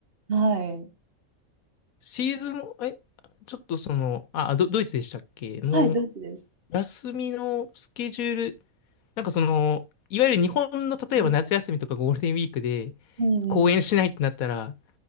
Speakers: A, on the right (about 45°); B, on the left (about 80°).
A: はい。
B: シーズン、え、ちょっとその、あ、ド、ドイツでしたっけの、
A: はい、ドイツです。
B: 休みのスケジュール、なんかその、いわゆる日本の例えば夏休みとかゴールデンウィークで、
A: うん。うん
B: 公演しないってなったら、